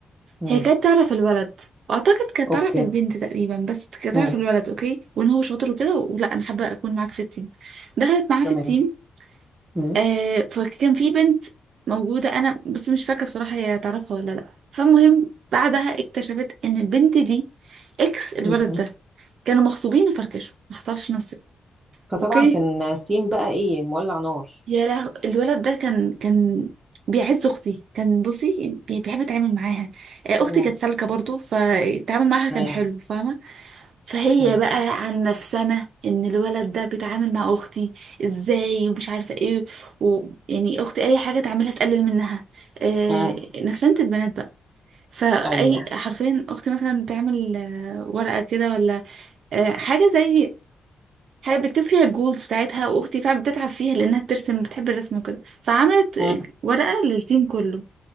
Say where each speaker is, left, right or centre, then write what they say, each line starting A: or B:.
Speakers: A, on the right (about 25°); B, on the right (about 75°).
A: مم.
B: هي كانت تعرف الولد واعتقد كانت
A: اوكي
B: تعرف البنت تقريبا بس كانت
A: مم.
B: تعرف الولد اوكي وان هو شاطر وكده ولا انا حابة اكون معاك في التيم دخلت معاه
A: تمام
B: في التيم
A: مم.
B: آه فكان في بنت موجودة أنا بس مش فاكرة بصراحة هي تعرفها ولا لأ فالمهم بعدها اكتشفت إن البنت دي إكس الولد
A: مم.
B: ده كانوا مخطوبين وفركشوا ما حصلش نصيب
A: فطبعا
B: أوكي
A: كان تيم بقى ايه مولع نار
B: يا له الولد ده كان كان بيعز أختي كان بصي بي- بيحب يتعامل معاها آه،
A: مم.
B: أختي كانت سالكة برضو فالتعامل معاها كان
A: تمام
B: حلو فاهمة فهي
A: مم.
B: بقى عن نفسنا ان الولد ده بيتعامل مع اختي ازاي ومش عارفه ايه ويعني اختي اي حاجه تعملها تقلل منها آه
A: مم.
B: نفسنة البنات بقى فاي
A: ايوه
B: حرفيا اختي مثلا تعمل آه، ورقه كده ولا آه حاجه زي حاجه بتكتب فيها الجولز بتاعتها واختي فعلا بتتعب فيها لانها بترسم بتحب الرسم وكده فعملت
A: مم.
B: ورقه للتيم كله